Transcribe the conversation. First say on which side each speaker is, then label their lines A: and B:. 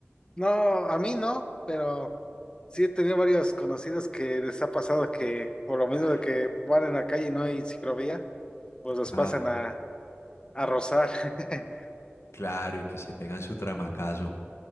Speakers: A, on the left; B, on the left.
A: no, a mí no, pero sí he tenido varios conocidos que les ha pasado que por lo mismo
B: Ah,
A: de que van en la calle y no hay ciclovía, pues los
B: Ajá.
A: pasan a, a rozar. <laughs>
B: Claro, y que se pegan su tramacazo.